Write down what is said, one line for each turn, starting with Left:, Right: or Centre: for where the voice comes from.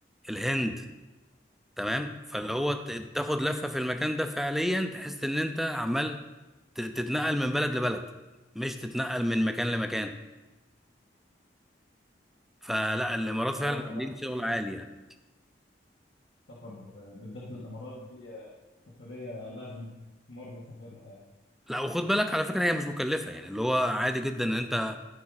Centre: الهند تمام فاللي هو ت- تاخد لفة في المكان ده فعليا تحس ان انت عمال ت- تتنقل من بلد لبلد مش تتنقل من مكان لمكان فلا الامارات فعلا
Left: لا هو الصراحة
Centre: عاملين شغل
Left: سفر
Centre: عالي يعني
Left: سفر بالذات للإمارات دي سفرية لازم مرة نسافرها يعني
Centre: لا وخد بالك على فكرة هي مش مكلفة يعني اللي هو عادي جدا ان انت